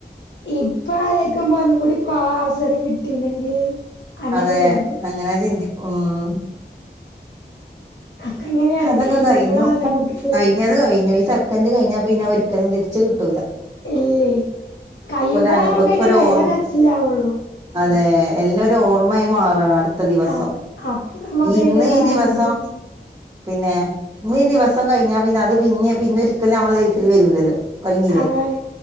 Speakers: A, on the left; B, on the right.
A: ഇപ്പം ആലോചിക്കുമ്പം ഒന്നും കൂടി പോവാൻ അവസരം കിട്ടീയിണെങ്കിൽ അങ്ങനെ
B: അതെ
A: തോന്നും
B: അങ്ങനെ ചിന്തിക്കും ഉം
A: അക്കെ അങ്ങനെയാണ്
B: അതൊക്കെ
A: കഴിയുമ്പോളാണല്ലോ
B: കഴിഞ്ഞു
A: നമ്മുക്ക് അയിന്റെക്കെ
B: കഴിഞ്ഞത് കഴിഞ്ഞു ഈ സെക്കന്ഡ് കഴിഞ്ഞാ പിന്നെ ഒരിക്കലും തിരിച്ച് കിട്ടൂല
A: ഇല്ലേ കഴിയുമ്പോഴാ
B: ഒക്കൊരു അനു
A: നമുക്കതിന്റെ
B: ഒക്കൊരു
A: വെല
B: ഓർമ്മ
A: മനസ്സിലാവുള്ളൂ
B: അതെ എല്ലാം ഒരു ഓർമ്മയായി മാറാണ് അടു ത്ത ദിവസം
A: ആ അപ്പൊ നമ്മുക്ക്
B: ഇന്ന്
A: അതിന്റെ
B: ഈ ദിവസം
A: ഇത്
B: പിന്നെ ഈ ദിവസം കഴിഞ്ഞാ പിന്നെ അത് പിന്നെ പിന്നെ ഒരിക്കലും നമ്മളെ ലൈഫിൽ വരൂലല്ലോ കഴിഞ്ഞില്ലേ
A: അതാണ്